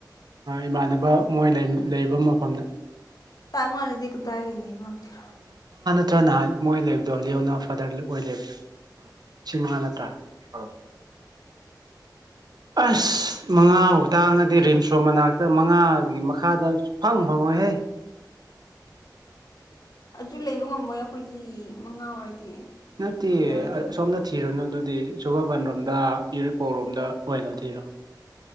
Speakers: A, on the right; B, on the left.
A: ꯏꯃꯥꯟꯅꯕ ꯃꯣꯏ ꯂꯩꯕ ꯃꯐꯝꯗ
B: ꯇꯥꯒ ꯃꯥ ꯂꯩꯗꯤ ꯀꯗꯔꯤ ꯂꯩ ꯃꯝꯗꯔꯣ
A: ꯅꯠꯇ꯭ꯔ ꯅꯍꯥꯟ ꯃꯣꯏ ꯂꯩꯕꯗꯣ ꯂꯤꯑꯣꯅ ꯐꯥꯗꯔ ꯑꯣꯏ ꯂꯩꯕꯗꯣ ꯁꯤꯃꯂꯇꯥ ꯑ ꯑꯁ ꯃꯉꯥꯐꯧ ꯇꯥꯡꯉꯗꯤ ꯔꯤꯝꯁ ꯔꯣꯝ ꯃꯅꯥꯛꯇ ꯃꯉꯥꯒꯤ ꯃꯈꯥꯗ ꯐꯪ ꯐꯪꯉꯣꯏꯍꯦ <unintelligible>
B: ꯑꯗꯨ ꯂꯩꯕ ꯉꯝꯃꯣꯏ ꯑꯩꯈꯣꯏꯒꯤ ꯃꯉꯥ ꯑꯣꯏꯔꯗꯤ
A: ꯅꯠꯇꯦ
B: ꯀꯗꯥꯏꯗꯒꯤ
A: ꯁꯣꯝꯗ ꯊꯤꯔꯨꯅꯨ ꯑꯗꯨꯗꯤ ꯁꯨ ꯊꯕꯥꯟ ꯔꯣꯝꯗ ꯌꯨꯔꯤꯄꯣꯛꯔꯣꯝꯗ ꯑꯣꯏꯅ ꯊꯤꯔꯣ